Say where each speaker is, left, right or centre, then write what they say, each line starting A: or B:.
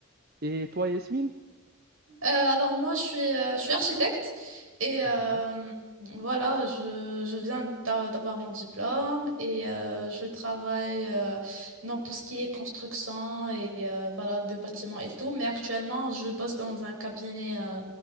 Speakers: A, on the right; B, on the right.
A: Et toi, Yasmine?
B: Euh, alors moi, je suis, euh, je suis architecte et euh,
A: Mhm.
B: voilà, je, je viens d'a- d'avoir mon diplôme et euh, je travaille euh, dans tout ce qui est construction et euh, voilà, de bâtiments et tout. Mais actuellement, je bosse dans un cabinet euh,